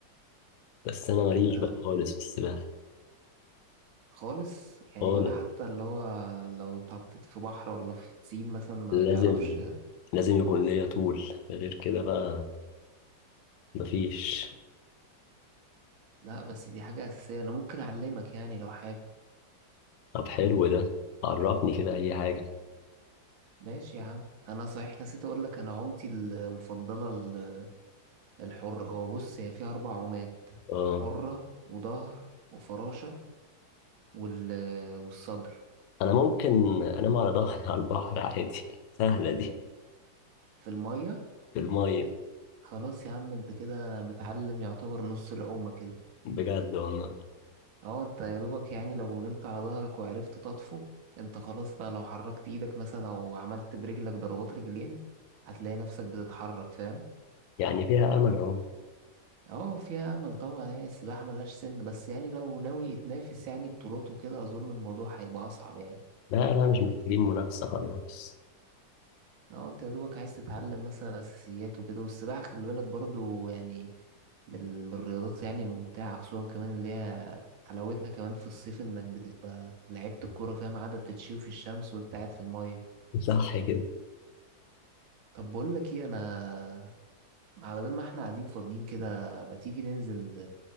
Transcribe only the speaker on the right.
انت
خالص يعني
ولا حتى اللي هو لو اتحطيت في بحر ولا في بسين مثلا ما
تعرفش
لا بس دي حاجة أساسية أنا ممكن أعلمك يعني لو حابب
ماشي يا عم أنا صحيح نسيت أقول لك أنا عومتي المفضلة ال- الحرة هو بص هي فيها أربع عومات
حرة وظهر وفراشة وال... والصدر
في المية
خلاص يا عم أنت كده متعلم يعتبر نص العومة كده
اه انت يا دوبك يعني لو نمت على ظهرك وعرفت تطفو انت خلاص بقى لو حركت ايدك مثلا او عملت برجلك ضربات رجلين هتلاقي نفسك بتتحرك فاهم
اه فيها امل طبعا يعني السباحة ملهاش سن بس يعني لو ناوي يتنافس يعني بطولات وكده اظن الموضوع هيبقى اصعب يعني
اه انت يا دوبك عايز تتعلم مثلا اساسيات وكده والسباحة خلي بالك برضو يعني من ال- من الرياضات يعني الممتعة خصوصا كمان اللي هي حلاوتها كمان في الصيف انك بتبقى لعيبة الكورة فاهم قاعدة بتتشوي في الشمس وانت قاعد في المية
طب بقول لك ايه انا مع- بدل ما احنا قاعدين فاضيين كده ما تيجي ننزل